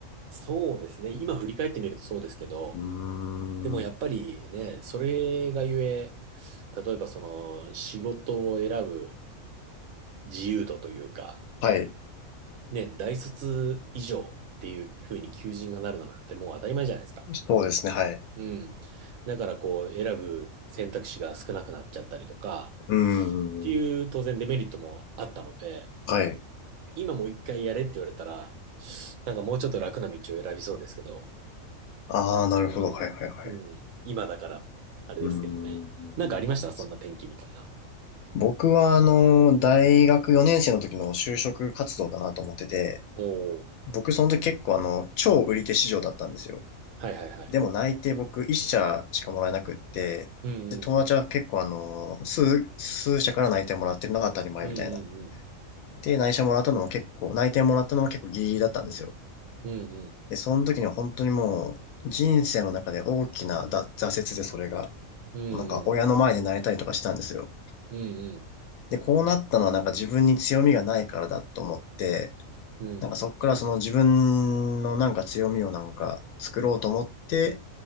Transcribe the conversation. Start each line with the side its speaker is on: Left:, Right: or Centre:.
Right: そうですね。今振り返ってみるとそうですけど、
Left: うーん。
Right: でもやっぱりね、それがゆえ、例えばその仕事を選ぶ自由度というか、
Left: はい。
Right: ね、大卒以上っていうふうに求人がなるのなんてもう当たり前じゃないですか。
Left: そうですね、はい。
Right: うん。だからこう選ぶ選択肢が少なくなっちゃったりとか、
Left: うー
Right: っていう当然デメリットもあったので、
Left: ん。はい。
Right: 今もう一回やれって言われたら、なんかもうちょっと楽な道を選びそうですけど、
Left: ああ、なるほど。
Right: うん。
Left: はいはいはい。
Right: うん。今だから、あれですけどね。
Left: うーん。
Right: なんかありましたそんな天気みたいな。
Left: 僕は、あの、大学4年生の時の就職活動だなと思ってて、
Right: おお。
Left: 僕その時結構あの、超売り手市場だったんですよ。
Right: はいはいはい。
Left: でも内定僕1社しかもらえなくって、
Right: うんうん。
Left: で、友達は結構あの、数、数社から内定もらってるのが当たり前みたいな。
Right: うんうんうん。
Left: で、内社もらったのも結構、内定もらったのも結構ギリギリだったんですよ。
Right: うんうん。
Left: で、その時には本当にもう、人生の中で大きなだ挫折でそれが。
Right: うんうん。
Left: なんか親の前で泣いたりとかしたんですよ。
Right: うん
Left: で、こうなったのはなんか自分に強みがないからだと思って、
Right: うん。
Left: なんかそっからその自分のなんか強みをなんか作ろうと思って、